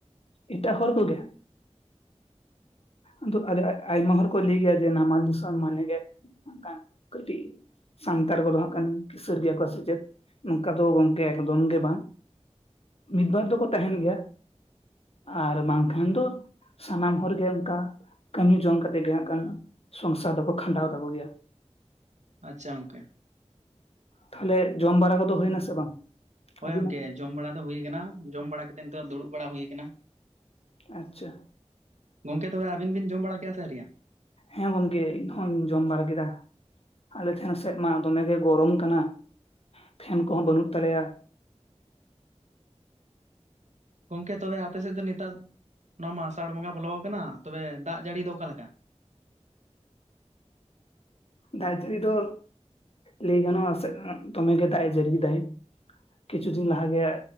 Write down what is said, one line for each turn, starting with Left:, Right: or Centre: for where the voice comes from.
Left: ᱮᱴᱟᱜ ᱦᱚᱲ ᱠᱚᱜᱮ᱾ ᱟᱫᱚ ᱟᱫᱮ ᱟᱭ ᱟᱭᱢᱟ ᱦᱚᱲᱚᱨ ᱠᱚ ᱞᱤᱭᱜᱮᱭᱟ ᱡᱮ ᱱᱟᱢᱟᱞ ᱫᱤᱥᱚᱢ ᱢᱟᱱᱮ ᱜᱮ ᱱᱟᱠᱷᱟ ᱠᱟᱹᱴᱤᱡ ᱥᱟᱱᱛᱟᱲ ᱠᱚᱫᱚ ᱦᱟᱸᱟᱜ ᱠᱤᱥᱟᱹᱲ ᱜᱮᱭᱟ ᱠᱚ ᱥᱮᱪᱮᱫ, ᱱᱚᱝᱠᱟ ᱫᱚ ᱜᱚᱝᱠᱮ ᱮᱠᱫᱚᱢ ᱜᱮ ᱵᱟᱝ᱾ ᱢᱤᱫ ᱵᱟᱨ ᱫᱚᱠᱚ ᱛᱟᱦᱮᱸᱱ ᱜᱮᱭᱟ, ᱟᱨ ᱵᱟᱝᱠᱷᱟᱱ ᱫᱚ ᱥᱟᱱᱟᱢ ᱦᱚᱲ ᱜᱮ ᱚᱝᱠᱟ ᱠᱟᱹᱢᱤ ᱡᱚᱝ ᱠᱟᱛᱮᱫ ᱜᱮ ᱦᱟᱸᱜ ᱠᱟᱱ ᱥᱚᱝᱥᱟᱨ ᱫᱚᱠᱚ ᱠᱷᱟᱸᱰᱟᱣ ᱛᱟᱠᱚ ᱜᱮᱭᱟ ᱾
Right: ᱟᱪᱪᱷᱟ ᱜᱚᱢᱠᱮ᱾
Left: ᱛᱟᱦᱚᱞᱮ ᱡᱚᱢ ᱵᱟᱲᱟ ᱠᱚᱫᱚ ᱦᱩᱭᱱᱟᱥ ᱵᱟᱝ?
Right: ᱦᱳᱭ
Left: ᱟᱹᱵᱤᱱᱟᱜ
Right: ᱜᱚᱢᱠᱮ ᱡᱚᱢ ᱵᱟᱲᱟ ᱠᱚᱫᱚ ᱦᱩᱭ ᱠᱟᱱᱟ, ᱡᱚᱢ ᱵᱟᱲᱟ ᱠᱟᱛᱮᱫ ᱱᱤᱛᱚᱜ ᱫᱩᱲᱩᱵ ᱵᱟᱲᱟ ᱦᱩᱭ ᱠᱟᱱᱟ ᱾
Left: ᱟᱪᱪᱷᱟ᱾
Right: ᱜᱚᱢᱠᱮ ᱛᱚᱵᱮ ᱟᱵᱤᱱ ᱵᱤᱱ ᱡᱚᱢ ᱵᱟᱲᱟ ᱠᱮᱭᱟ ᱥᱮ ᱟᱣᱨᱤᱭᱟ?
Left: ᱦᱮᱸ ᱜᱚᱢᱠᱮ ᱤᱧ ᱦᱚᱧ ᱡᱚᱢ ᱵᱟᱲᱟ ᱠᱮᱫᱟ᱾ ᱟᱞᱮ ᱴᱷᱮᱱ ᱥᱮᱫ ᱢᱟ ᱫᱚᱢᱮᱜᱮ ᱜᱚᱨᱚᱢ ᱠᱟᱱᱟ, ᱯᱷᱮᱱ ᱠᱚᱦᱚᱸ ᱵᱟᱹᱱᱩᱜ ᱛᱟᱞᱮᱭᱟ᱾
Right: ᱜᱚᱝᱠᱮ ᱛᱚᱵᱮ ᱟᱯᱮᱥᱮᱫ ᱫᱚ ᱱᱮᱛᱟᱨ ᱱᱚᱣᱟ ᱢᱟ ᱟᱥᱟᱲ ᱵᱚᱸᱜᱟ ᱵᱚᱞᱚ ᱠᱟᱱᱟ, ᱛᱚᱵᱮ ᱫᱟᱜ ᱡᱟᱹᱲᱤ ᱫᱚ ᱚᱠᱟᱞᱮᱠᱟ?
Left: ᱫᱟᱜ ᱡᱟᱹᱲᱤ ᱫᱚ ᱞᱟᱹᱭ ᱜᱟᱱᱚᱜᱼᱟ ᱫᱚᱢᱮ ᱜᱮ ᱫᱟᱜᱼᱮ ᱡᱟᱹᱨᱤ ᱫᱟᱭ ᱾ ᱠᱤᱪᱷᱩ ᱫᱤᱱ ᱞᱟᱦᱟ ᱜᱮ